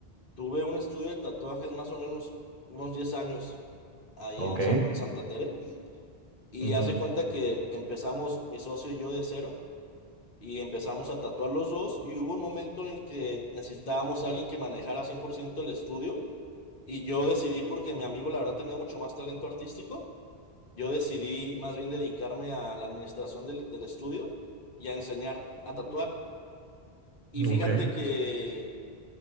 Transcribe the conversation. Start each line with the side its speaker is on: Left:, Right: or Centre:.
Left: tuve un estudio de tatuajes más o menos unos 10 años ahí
Right: Ok,
Left: en, Sa- en Santa Tere y
Right: ujú,
Left: haz de cuenta que empezamos mi socio y yo de cero y empezamos a tatuar los dos y hubo un momento en el que necesitábamos a alguien que manejara 100% el estudio y yo decidí porque mi amigo la verdad tenía mucho más talento artístico. Yo decidí más bien dedicarme a la administración del, del estudio y a enseñar a tatuar. Y fíjate
Right: ok,
Left: que